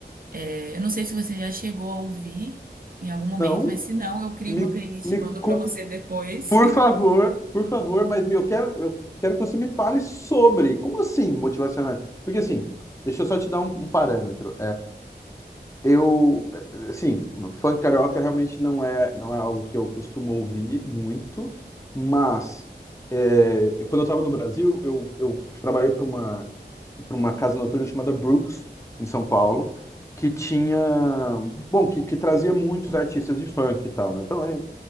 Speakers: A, on the right; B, on the left.
A: é, Eu não sei se você já chegou a ouvir em algum momento,
B: Não,
A: mas se não, eu crio
B: me,
A: uma playlist
B: me,
A: e mando
B: con-
A: pra você depois.
B: por favor, por favor, mas me, eu quero, eu quero que você me fale sobre. Como assim, motivacional? Porque assim, deixa eu só te dar um, um parâmetro. Eu, eh, assim, funk carioca realmente não é, não é algo que eu costumo ouvir muito, mas é, quando eu estava no Brasil, eu, eu trabalhei para uma, para uma casa noturna chamada Brooks, em São Paulo, que tinha, bom, que, que trazia muitos artistas de funk e tal, né? Então, é,